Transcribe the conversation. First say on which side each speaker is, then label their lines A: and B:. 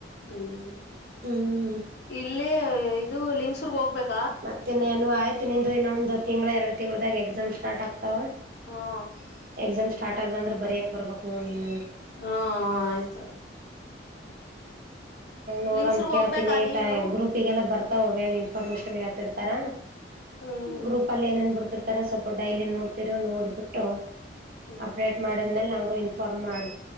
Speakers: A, on the left (about 60°); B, on the right (about 55°).
A: ಹ್ಮ್ <unintelligible>
B: ಹ್ಮ್
A: ಇಲ್ಲಿ ಈ ಇದು ಲಿಂಗ್ಸೂರ್ಗೆ ಹೋಗಬೇಕು.
B: ಮತ್ತೆ ಇನ್ನೇನು ಆಯ್ತು ನಿಂದು ಇನ್ನೊಂದು ತಿಂಗಳ ಎರಡು ತಿಂಗಳದಾಗ ಎಕ್ಸಾಮ್ ಸ್ಟಾರ್ಟ್ ಆಗ್ ಅವಾ <unintelligible>
A: ಹಾ
B: ಎಕ್ಸಾಮ್ ಸ್ಟಾರ್ಟ್ ಆದದ ಅಂದ್ರೆ ಬರ್ಯಾಕ್ ಬರ್ಬಕ್ ನೋಡ್ ನೀನು
A: ಹಾ ಆಯ್ತ ಆಯ್ತು.
B: ನೋಡಮ್
A: ಲಿಂಗ್ಸೂರ್ಗ್
B: ಕೇಳ್ತಿನಿ
A: ಹೋಗ್ಬೇಕಾ
B: ಈಟ
A: ನೀನು?
B: ಗ್ರೂಪ್ಗೆಲ್ಲ ಬರ್ತಾವ ಅವ ನ್ ಇನ್ಫಾರ್ಮೇಶನ್ ಹೇಳ್ತಿರತರ
A: ಹ್ಮ್
B: ಗ್ರೂಪ್ ಅಲ್ಲಿ ಏನೇನ್ ಬಿಡ್ತಿರ್ತಾರ ಸ್ವಲ್ಪ ಡೈಲಿ ನೋಡ್ತಿರು ನೋಡ್ಬಿಟ್ಟು
A: ಹ್ಮ್
B: ಅಪ್ಡೇಟ್ ಮಾಡಿದ್ಮೇಲೆ ನಂಗು ಇನ್ಫಾರ್ಮ್ ಮಾಡ್